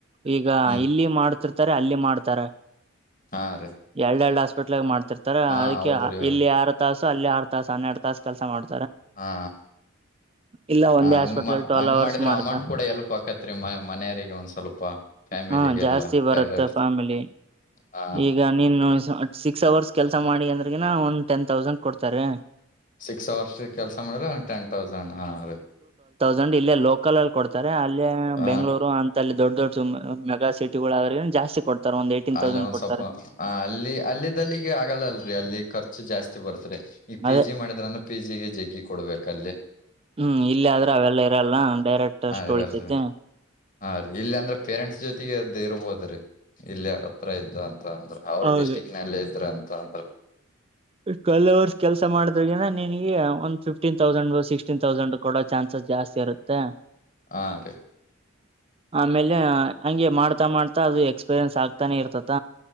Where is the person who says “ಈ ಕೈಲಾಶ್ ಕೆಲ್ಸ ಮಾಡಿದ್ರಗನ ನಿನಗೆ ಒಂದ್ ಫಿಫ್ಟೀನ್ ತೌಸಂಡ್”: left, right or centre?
Right